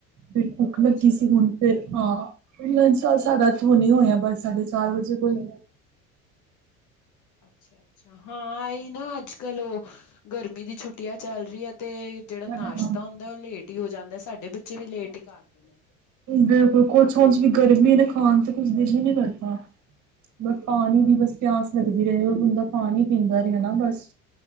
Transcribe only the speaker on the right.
ਫੇਰ ਭੁੱਖ ਲੱਗੀ
ਸੀ ਹੁਣ ਫੇਰ ਹਾਂ ਲੰਚ ਸਾਡਾ ਹੁਨੇ ਹੋਏਆ ਬਸ ਸਾਡੇ ਚਾਰ ਵਜੇ ਕੋਲ।
ਹਾਂ
ਬਿਲਕੁਲ ਕੁਛ ੳੰਝ ਵੀ ਗਰਮੀ ਏ ਨਾ, ਖਾਣ ਤੇ ਕੁਛ ਦਿਲ ਈ ਨੀ ਕਰਦਾ। ਬਸ
ਪਾਨੀ
ਦੀ ਬਸ ਪਿਆਸ ਲਗਦੀ ਰਏ, ਔਰ ਬੰਦਾ ਪਾਨੀ ਪੀਂਦਾ ਰਹੇ ਨਾ ਬਸ।